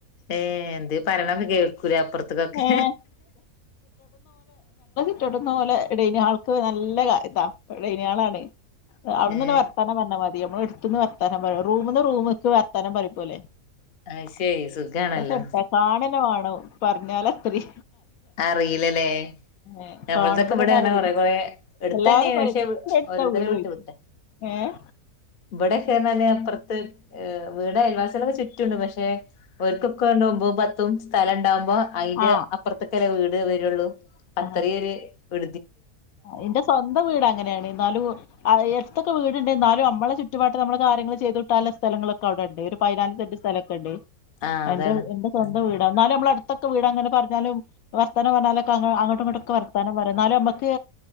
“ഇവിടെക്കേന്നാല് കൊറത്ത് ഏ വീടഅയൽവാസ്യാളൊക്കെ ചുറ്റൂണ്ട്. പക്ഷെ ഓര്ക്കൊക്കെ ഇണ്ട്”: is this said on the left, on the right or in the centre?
Left